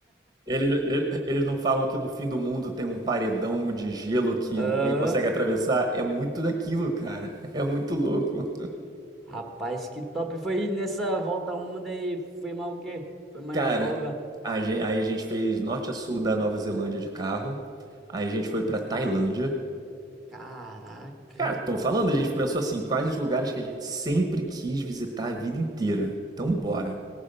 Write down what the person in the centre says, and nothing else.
Aham.
Rapaz, que top. Foi nessa volta ao mundo aí, foi mais o quê? Foi mais
em qual lugar?
Caraca.